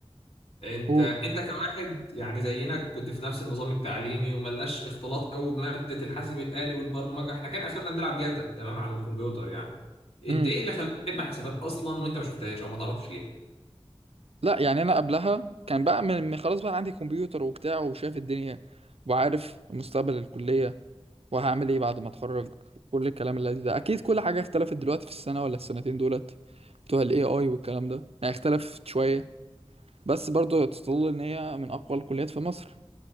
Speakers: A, on the left (about 70°); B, on the right (about 70°).
A: انت
B: قول
A: انت كواحد يعني زينا كنت في نفس النظام التعليمي وملناش اختلاط قوي بماده الحاسب الالي والبرمجه احنا كان اخرنا بنلعب جاتا تمام على الكمبيوتر يعني انت
B: امم
A: ايه اللي خلاك تحب حاسبات اصلا وانت ما شفتهاش او ما تعرفش ليه
B: لا يعني انا قبلها كان بقى من من- خلاص بقى عندي كمبيوتر وبتاع وشايف الدنيا وعارف مستقبل الكلية وهعمل ايه بعد ما اتخرج كل الكلام اللي ده اكيد كل حاجة اختلفت دلوقتي في السنة ولا السنتين دولت بتوع الاي اي والكلام ده يعني اختلفت شوية بس برضه تظل ان هي من اقوى الكليات في مصر